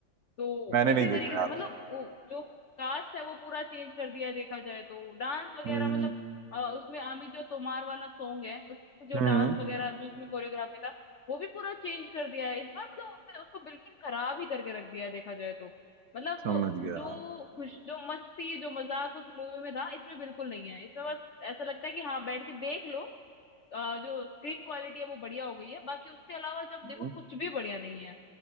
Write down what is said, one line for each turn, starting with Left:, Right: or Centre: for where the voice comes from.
Left: तो
Right: मैंने
Left: इसी
Right: नहीं देखा
Left: तरीके से
Right: यार
Left: मतलब
Right: वो
Left: वो जो कास्ट है वो पूरा चेंज कर दिया देखा जाए तो डांस वगैरह
Right: हम्म
Left: मतलब अ, उसमें आमी जो तोमार वाला सॉन्ग है उसमें जो
Right: हम्म
Left: डांस वगैरह जो उसमें कोरियोग्राफी था वो भी पूरा चेंज कर दिया है इस बार मतलब उसने उसको बिल्कुल खराब ही करके रख दिया है देखा जाए तो मतलब
Right: समझ
Left: वो
Right: गया
Left: जो खुश जो मस्ती जो मजाक उस मूवी में था इसमें बिल्कुल नहीं है इसमें बस ऐसा लगता है कि हाँ बैठ के देख लो अ, जो स्क्रीन क्वालिटी है वो बढ़िया हो गई है बाकी उसके अलावा जब
Right: हम्म
Left: देखो कुछ भी बढ़िया नहीं है